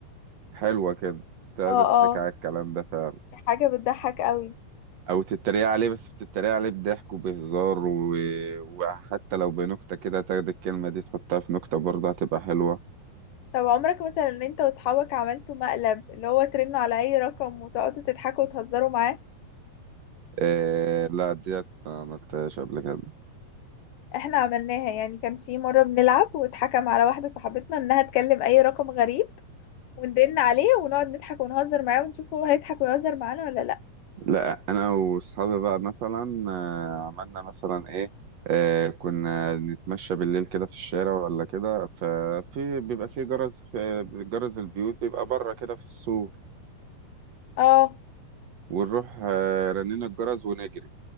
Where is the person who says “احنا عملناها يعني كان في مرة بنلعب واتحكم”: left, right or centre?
Left